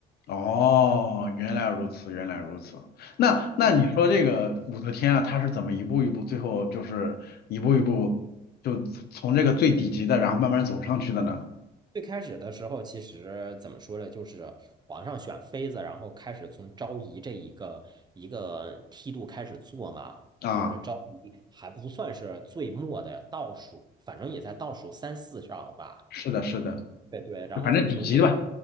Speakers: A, on the left; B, on the right.
A: 哦，原来如此，原来如此。那那你说这个武则天啊，
B: 对，
A: 她是怎么一步一步，最后就是一步一步就从这个最底级的，然后慢慢走上去的呢？
B: 最开始的时候，其实怎么说呢，就是皇上选妃子，然后开始从昭仪这一个一个梯度开始做嘛，
A: 啊，
B: 就是昭仪还不算是最末的倒数，反正也在倒数三四上吧。
A: 是的，是的，
B: 对对，然后就从这
A: 就反正底级的吧，